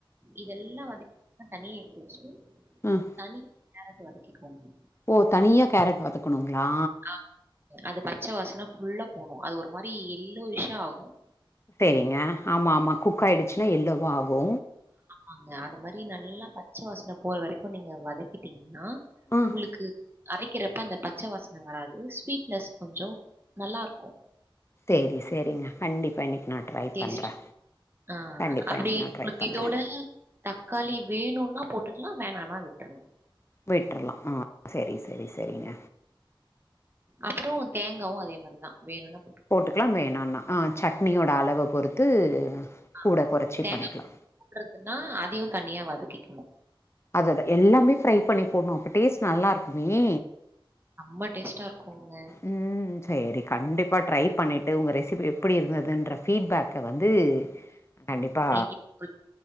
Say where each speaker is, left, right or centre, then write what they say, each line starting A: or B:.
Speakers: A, on the right; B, on the left.
A: இதெல்லா வந்து தனியா எடுத்து வச்சுட்டு
B: ம்
A: தனி கேரட்ட வதக்கிக் கோங்க
B: ஓ தனியா கேரட் வதக்கனுங்ளா
A: ஆ அது பச்ச வாசன ஃபுல்லா போனு அது ஒரு மாரி எல்லோயிஷ்ஷா ஆகு
B: செரிங்க ஆமா ஆமா குக் ஆய்டுச்சுன்னா எல்லோவா ஆகு
A: ஆங்க அது மாரி நல்லா பச்ச வாசன போற வரைக்கு நீங்க வதக்கிடீங்னா
B: ம்
A: உங்களுக்கு அரை க்கிறப்ப அந்த பச்ச வாசன வராது ஸ்வீட்னஸ் கொஞ்சோ நல்லா இருக்கு
B: செரி செரிங்க கண்டிப்பா இன்னைக்கு நா ட்ரை
A: டேஸ்ட்
B: பண்றே
A: ஆ
B: கண்டிப்பா
A: அப்டி
B: இன்னைக்கு நா
A: உங்களுக்
B: ட்ரை பண்றே
A: இதோட தக்காளி வேனுனா போட்டுக்லா வேணனா விட்டர்லா
B: விட்டுரலாமா ஆ சரி சரி சரிங்க
A: அப்றோ தேங்காவு அதே மாறிதா வேணும்னா
B: போட்டுக்கலா வேணான்னா சட்னியோட அளவை பொறுத்து
A: ஆ
B: கூட கொறச்சி
A: தேங்காப்பூ
B: பண்ணிக்கலா
A: போடுறதுன்னா அதையு தனியா வதக்கிக்கணு
B: அது அதா எல்லாமே ஃப்ரை பண்ணி போடணு அப்ப டேஸ்ட் நல்லா இருக்குமே
A: ரெம்ப டேஸ்ட்டா இருக்குங்க
B: ம் சேரி கண்டிப்பா ட்ரை பண்ணிட்டு உங்க ரெசிபி எப்படி இருந்ததுன்ற ஃபீட்பேக்க வந்து கண்டிப்பா
A: என்கிட்ட சொல்லி